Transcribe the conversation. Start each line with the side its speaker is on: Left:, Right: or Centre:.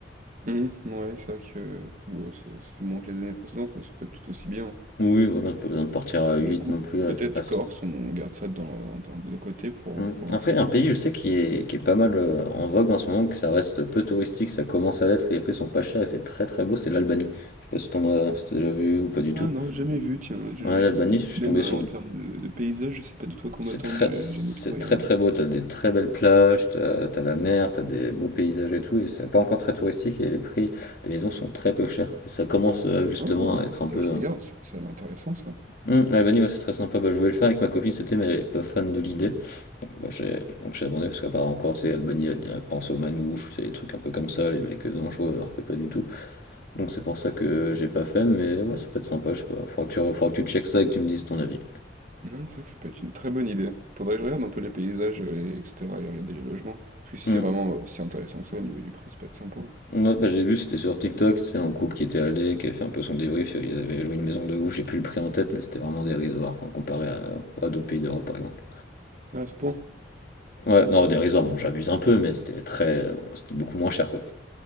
Right: Hum, ouais, c'est vrai que ouais, ça, ça fait moins que les années précédentes, mais ça peut être tout aussi bien.
Left: Oui, voilà, t'as pas besoin de partir à 8
Right: Du coup,
Left: non plus. à-
Right: peut-être
Left: à-
Right: Corse, on garde ça dans, dans- de côté pour,
Left: Hmm.
Right: pour
Left: Après,
Right: l'instant.
Left: un pays, je sais, qui est, qui est pas mal euh, en vogue en ce moment, que ça reste peu touristique, ça commence à l'être et les prix sont pas chers et c'est très très beau, c'est l'Albanie. Je sais pas si t'en as, si t'as déjà vu ou pas du
Right: Ah
Left: tout.
Right: Mm. non, jamais vu, tiens. Je,
Left: Ouais,
Right: je-
Left: l'Albanie, je suis
Right: même
Left: tombé
Right: euh,
Left: sur.
Right: en termes de, de paysage, je sais pas du tout à quoi
Left: C'est
Right: m'attendre,
Left: très,
Right: j'ai
Left: c'est
Right: j'ai jamais trop regardé.
Left: très très beau, t'as des très belles plages, t'as, t'as la mer, t'as des beaux paysages et tout, et c'est pas encore très touristique et les prix, des maisons sont très peu chers Et ça commence euh, justement
Right: Ah, faudrait
Left: à être un peu.
Right: que je regarde,
Left: euh,
Right: ça, ça a l'air intéressant ça.
Left: Hum, Albanie, ouais, c'est très sympa. Bah, je voulais le faire avec ma copine, c'était, mais elle est pas fan de l'idée. Bah, j'ai, donc j'ai abandonné parce qu'apparemment encore, tu sais, Albanie, elle, elle pense aux manouches, c'est des trucs un peu comme ça, les mecs dangereux, alors que pas du tout. Donc c'est pour ça que j'ai pas fait, mais ouais, ça peut être sympa, je sais pas. Faudra que tu, faudra que tu checkes ça et que tu me dises ton avis.
Right: Non, c'est vrai que ça peut être une très bonne idée. Faudrait que je regarde un peu les paysages, euh, et, etc. et regarder les logements. Parce que si
Left: Hum,
Right: c'est vraiment euh, si intéressant que ça au niveau du prix, ça peut être sympa. hein.
Left: Ouais, bah, j'ai vu, c'était sur TikTok, c'est un couple qui était allé, qui avait fait un peu son débrief, euh, ils avaient loué une maison de ouf, j'ai plus le prix en tête, mais c'était vraiment dérisoire, enfin, comparé à, à d'autres pays d'Europe par exemple.
Right: Ah, à ce point?
Left: Ouais, non, dérisoire, bon, j'abuse un peu, mais c'était très, bon, c'était beaucoup moins cher quoi.